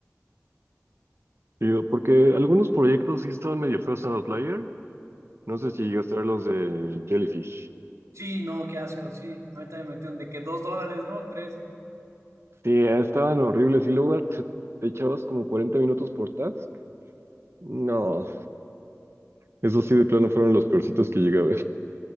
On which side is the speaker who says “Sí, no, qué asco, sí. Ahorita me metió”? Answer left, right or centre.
Right